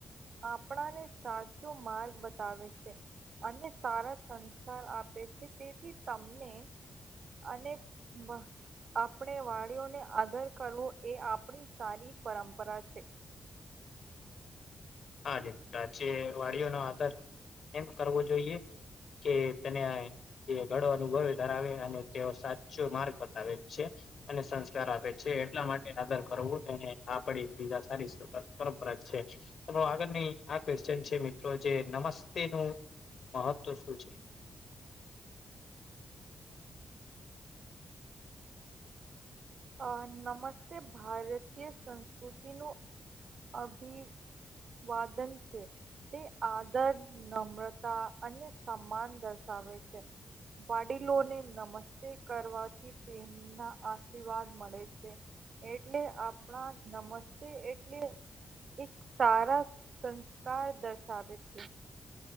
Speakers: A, on the right; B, on the left.
A: આપણાને સાચો માર્ગ બતાવે છે, અને સારા સં આપે છે, તેથી તમને અને મ આપણે વાડીઓને આદર કરવો, એ આપણી સારી પરંપરા છે.
B: હા દ આજે વાડીઓ નો આદાર એમ કરવો જોઈએ કે તેને તે ગડો અનુભવે ધરાવે, અને તેઓ સાચો માર્ગ બતાવે છે. અને સંસ્કાર આપે છે, એટલા માટે આદર કરવો આપડી સુવધા સારી <unintelligible> પરંપરા છે આગળની આ ક્વેશચન છે મિત્રો, જે નમસ્તે નું મહત્વ શું છે?
A: અ નમસ્તે ભારતીય સંસ્કૃતિનું અભિ વાદન છે. તે આદર, નમ્રતા અને સમાન દર્શાવે છે. વાડીલોને નમસ્તે કરવાથી તેમના આ આશીર્વાદ મળે છે, એટલે આપણા નમસ્તે એટલે એક સારા સંસ્કાર દર્શાવે છે